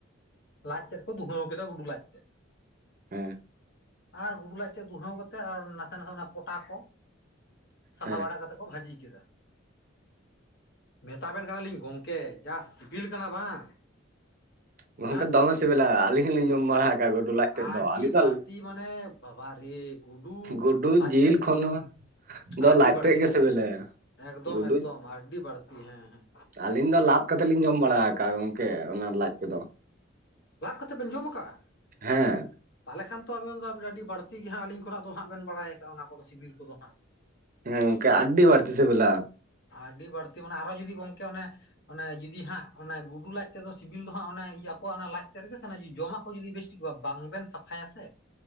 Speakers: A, on the left; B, on the right.
A: ᱞᱟᱡ ᱛᱮᱫ ᱠᱚ ᱫᱷᱩᱦᱟᱹᱣ ᱠᱮᱫᱟ ᱜᱩᱰᱩ ᱞᱟᱡ ᱛᱮᱫ᱾
B: ᱦᱮᱸ
A: ᱟᱨ ᱜᱩᱰᱩ ᱞᱟᱡ ᱛᱮᱜ ᱫᱷᱩᱦᱟᱹᱣ ᱠᱟᱛᱮᱜ ᱱᱟᱥᱮ-ᱱᱟᱥᱮ ᱚᱱᱟ ᱯᱚᱴᱟ ᱠᱚ᱾ ᱥᱟᱯᱷᱟ
B: ᱦᱮᱸ᱾
A: ᱵᱟᱲᱟ ᱠᱟᱛᱮᱫ ᱠᱚ ᱵᱷᱟᱹᱡᱤ ᱠᱮᱫᱟ᱾ ᱢᱮᱛᱟ ᱵᱮᱱ ᱠᱟᱱᱟ ᱞᱤᱧ ᱜᱚᱝᱠᱮ, ᱡᱟ ᱥᱤᱵᱤᱞ ᱠᱟᱱᱟ ᱵᱟᱝ᱾
B: ᱜᱚᱢᱠᱮ
A: ᱦᱮᱸ ᱥᱮ
B: ᱫᱚᱢᱮ ᱥᱤᱵᱤᱞᱟ ᱟᱹᱞᱤᱧ ᱦᱚᱸᱞᱤᱧ ᱡᱚᱢ ᱵᱟᱲᱟ ᱟᱠᱟᱫ ᱜᱩᱰᱩ ᱞᱟᱡ
A: ᱟᱹᱰᱤ
B: ᱛᱮᱫ ᱫᱚ ᱟᱹᱞᱤᱧ
A: ᱵᱟᱹᱲᱛᱤ
B: ᱫᱚ
A: ᱢᱟᱱᱮ ᱵᱟᱵᱟ ᱨᱮᱻ ᱜᱩᱰᱩ
B: ᱜᱩᱰᱩ
A: ᱞᱟᱡ
B: ᱡᱤᱞ
A: ᱛᱮᱫ
B: ᱠᱷᱚᱱ ᱦᱚᱸ ᱫᱚ
A: ᱟᱰᱤ
B: ᱞᱟᱡ
A: ᱵᱟᱲᱛᱤ
B: ᱛᱮᱫ
A: ᱜᱚᱢᱠᱮ
B: ᱜᱮ ᱥᱤᱵᱤᱞᱟ
A: ᱮᱠᱫᱚᱢ
B: ᱜᱩᱰᱩ
A: ᱮᱠᱫᱚᱢ ᱟᱰᱤ ᱵᱟᱲᱛᱤ ᱦᱮᱸᱻᱦᱮᱸ
B: ᱟᱹᱞᱤᱧ ᱫᱚ ᱞᱟᱫ ᱠᱟᱛᱮᱫ ᱞᱤᱧ ᱡᱚᱢ ᱵᱟᱲᱟ ᱠᱟᱜᱼᱟ ᱜᱚᱢᱠᱮ ᱚᱱᱟ ᱞᱟᱡ ᱠᱚᱫᱚ
A: ᱠᱟᱛᱮᱵᱮᱱ ᱡᱚᱢ ᱟᱠᱟᱜᱼᱟ
B: ᱦᱮᱸ
A: ᱛᱟᱦᱚᱞᱮ ᱠᱷᱟᱱ ᱟᱵᱮᱱ ᱫᱚ ᱟᱹᱰᱤ ᱵᱟᱹᱲᱛᱤ ᱜᱮ ᱦᱟᱸᱜ ᱟᱹᱞᱤᱧ ᱠᱷᱚᱱᱟᱜ ᱫᱚ ᱦᱟᱸᱜ ᱵᱮᱱ ᱵᱟᱲᱟᱭ ᱟᱠᱟᱜᱼᱟ ᱚᱱᱟ ᱠᱚᱫᱚ ᱥᱤᱵᱤᱞ ᱠᱚᱫᱚ ᱦᱟᱸᱜ
B: ᱦᱮᱸ ᱜᱚᱝᱠᱮ ᱟᱹᱰᱤ ᱵᱟ. ᱲᱛᱤ ᱥᱤᱵᱤᱞᱟ᱾
A: ᱟᱹᱰᱤ ᱵᱟᱹᱲᱛᱤ ᱢᱟᱱᱮ ᱟᱨᱚ ᱡᱩᱫᱤ ᱜᱚᱝᱠᱮ ᱚᱱᱮ-ᱚᱱᱮ ᱡᱩᱫᱤ ᱦᱟᱸᱜ ᱚᱱᱮ ᱜᱩᱰᱩ ᱞᱟᱡ ᱫᱚ ᱥᱤᱵᱤᱞ ᱫᱚ ᱦᱟᱸᱜ ᱚᱱᱮ ᱤᱭᱟᱹ ᱟᱠᱚᱣᱟᱜ ᱚᱱᱟ ᱞᱟᱡ ᱛᱮᱫ ᱨᱮᱜᱮ ᱥᱮ ᱡᱚᱢᱟᱜ ᱠᱚ ᱡᱩᱤ ᱵᱮᱥ ᱴᱷᱤᱠ ᱵᱟᱝ ᱵᱮᱱ ᱥᱟᱯᱷᱟᱭᱟ ᱥᱮ